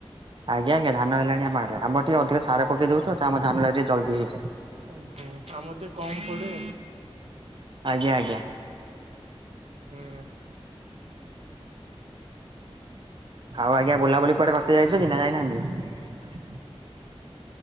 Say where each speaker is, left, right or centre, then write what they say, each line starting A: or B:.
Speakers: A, on the right; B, on the right.
A: ଆଜ୍ଞ ଆଜ୍ଞା ଧାନ ହେଲାଣି ଆମ ଆଡେ। ଆମର ଟିକେ ଅଧିକ ସାର ପକେଇ ଦଉ ତ, ତ ଆମ ଧାନଟା ଟିକେ ଜଲଦି ହେଇଯାଏ।
B: ଓହୋ ଆମର ତ କମ ପଡେ।
A: ଆଜ୍ଞା ଆଜ୍ଞା।
B: ହୁଁ।
A: ଆଉ ଆଜ୍ଞା ବୁଲାବୁଲି କୁଆଡେ କରତେ ଯାଇଛନ୍ତି ନା ଯାଇନାହାନ୍ତି?